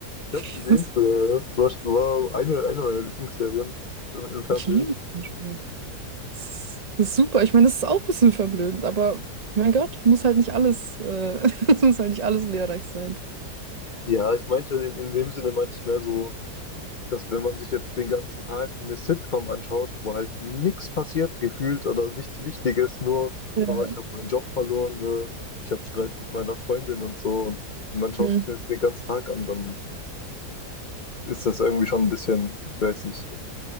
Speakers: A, on the right; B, on the left.
A: <laughs>
B: habe es gesehen
A: Das,
B: früher. ja. Das war, war eine, eine meiner Lieblingsserien im, im Fernsehen.
A: Ich liebe SpongeBob. Das ist, das ist super. Ich meine, das ist auch ein bisschen verblödend, aber mein Gott, muss halt nicht alles, äh, <laughs> es muss halt nicht alles lehrreich sein.
B: Ja, ich meinte, in, in dem Sinne meinte ich mehr so dass wenn man sich jetzt den ganzen Tag eine Sitcom anschaut, wo halt nichts passiert, gefühlt oder nichts Wichtiges, nur,
A: Ja.
B: oh, ich habe meinen Job verloren, äh, ich habe Streit mit meiner Freundin und so, und man schaut
A: Hm.
B: sich das den ganzen Tag an, dann ist das irgendwie schon ein bisschen, ich weiß nicht,